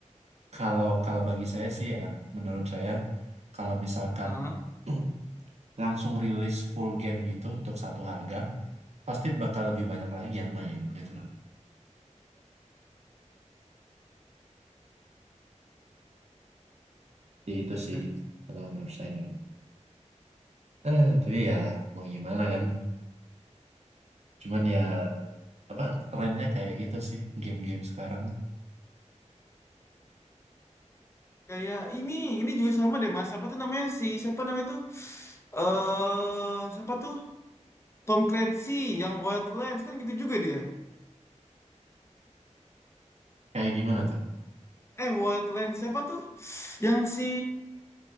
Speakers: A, on the right (about 60°); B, on the left (about 20°).
A: kalau kalau bagi saya sih ya, menurut saya kalau misalkan
B: Ah,
A: <clears throat> langsung rilis full game gitu untuk satu harga, pasti bakal lebih banyak lagi yang main gitu. loh. Jadi Itu
B: <laughs>
A: sih kalau menurut saya. Eh, tapi ya mau gimana kan? Cuman ya apa trennya kayak gitu sih game-game sekarang.
B: kayak ini, ini juga sama deh Mas. Apa tuh namanya si siapa namanya tuh? Eh, siapa tuh? Tom Clancy yang Wildlands kan gitu juga dia.
A: Kayak gimana tuh?
B: Eh, Wildlands siapa tuh? Yang si